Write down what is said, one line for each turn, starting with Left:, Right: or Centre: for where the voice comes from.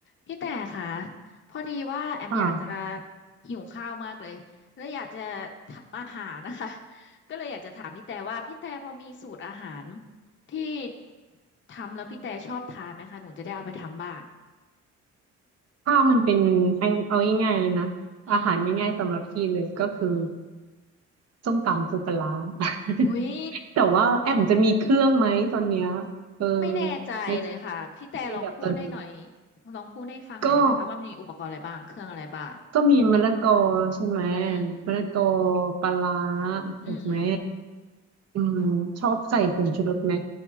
Left: พี่แต่ค่ะพอดีว่าแอมอยากจะ
Right: ค่ะ
Left: หิวข้าวมากเลยแล้วอยากจะทำอาหารนะคะ <laughs> ก็เลยอยากจะถามพี่แต่ว่าพี่แต่พอมีสูตรอาหารที่ทำแล้วพี่แต่ชอบทานไหมคะหนูจะได้เอาไปทำบ้าง
Right: ข้าวมันเป็นเอาเอาง่ายๆเลยนะอาหารง่ายๆสำหรับพี่เลยก็คือ
Left: อืมอืม
Right: ส้มตำปูปลาร้า <laughs>
Left: อุ้ย
Right: แต่ว่าแอมจะมีเครื่องไหมตอนเนี้ยเออ
Left: ไม่แน่ใจเลยค่ะพี่แต่ลองพูดให้หน่อย
Right: ในในแบบตอนนี้
Left: ลองพูดให้ฟังหน่อยได้ไหมคะว่ามีอุปกรณ์อะไรบ้างเครื่องอะไรบ้าง
Right: ก็ก็มีมะละกอใช่ไหม
Left: อืม
Right: มะละกอปลาร้า
Left: อืม
Right: ถูกไหมอืมชอบใส่ผงชูรสไหม